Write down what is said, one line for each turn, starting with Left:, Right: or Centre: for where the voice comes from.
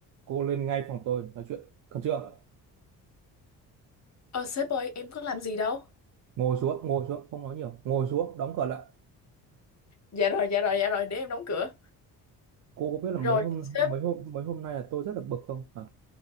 Right: cô lên ngay phòng tôi nói chuyện khẩn trương
Left: Ờ sếp ơi em có làm gì đâu
Right: ngồi xuống ngồi xuống không nói nhiều ngồi xuống đóng cửa lại
Left: Dạ rồi dạ rồi dạ rồi để em đóng cửa
Right: cô có biết
Left: Rồi
Right: là mấy hôm
Left: sếp
Right: mấy hôm mấy hôm nay là tôi rất là bực không Hả?